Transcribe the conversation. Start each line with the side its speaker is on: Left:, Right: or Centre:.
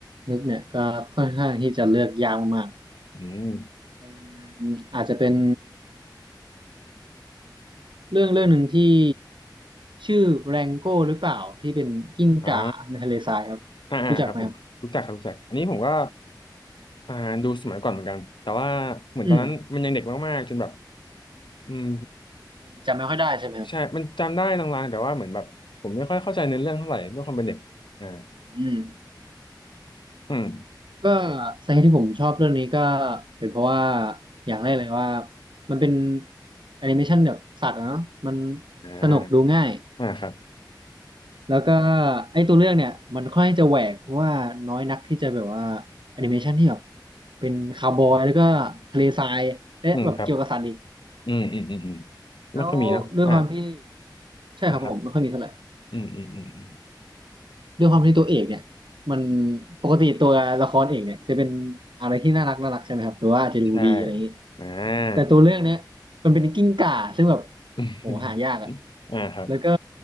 Right: นึกเนี่ยก็ค่อนข้างที่จะเลือกยากมาก
Left: อืม
Right: ๆอืมอาจจะเป็นเรื่องเรื่องหนึ่งที่ชื่อแรงโก้หรือเปล่าที่เป็นกิ้งก่าในทะเลทรายครับรู้จักไหมครับ
Left: อ่า อ่าอ่าครับผมรู้จักครับรู้จักอันนี้ผมก็
Right: อืม
Left: อ่าดูสมัยก่อนเหมือนกันแต่ว่าเหมือนตอนนั้นมันยังเด็กมากๆจนแบบ
Right: อืม
Left: อืม
Right: ยังจำไม่ค่อยได้ใช่ไหมครับ
Left: ใช่มันจำได้ลางๆแต่ว่าเหมือนแบบผมไม่ค่อยเข้าใจเนื้อเรื่องเท่าไหร่ด้วยความเป็นเด็กอ่า
Right: อืม
Left: อืม
Right: ก็สาเหตุที่ผมชอบเรื่องนี้ก็เป็นเพราะว่าอย่างแรกเลยว่ามันเป็นแอนิเมชันแบบสัตว์อะเนาะมัน
Left: อ่าอ่าครับ
Right: สนุกดูง่าย แล้วก็ไอ้ตัวเรื่องเนี่ยมันค่อนข้างจะแหวกเพราะว่าน้อยนักที่จะแบบว่าแอนิเมชันที่แบบเป็นคาวบอยแล้วก็ทะเลทรายและแบบเกี่ยวกับสัตว์อีก
Left: อืมครับอืมอืมอืมอืม
Right: แล้วด้วยความที่
Left: ไม่ค่อยมีเนาะอ่า
Right: ใช่ครับผมไม่ค่อยมีเท่าไหร่
Left: นะครับอืมอืมอืมอืม
Right: ด้วยความที่ตัวเอกเนี่ยมันปกติตัวละครเอกเนี่ยจะเป็นอะไรที่น่ารักน่ารักใช่ไหมครับหรือว่าอาจจะดูดีอะไรอย่างนี้
Left: ใช่อ่า
Right: แต่ตัวเรื่องเนี้ยมันเป็นกิ้งก่าซึ่งแบบ
Left: <laughs>
Right: โหหายากอ่ะ
Left: อ่าครับ
Right: แล้วก็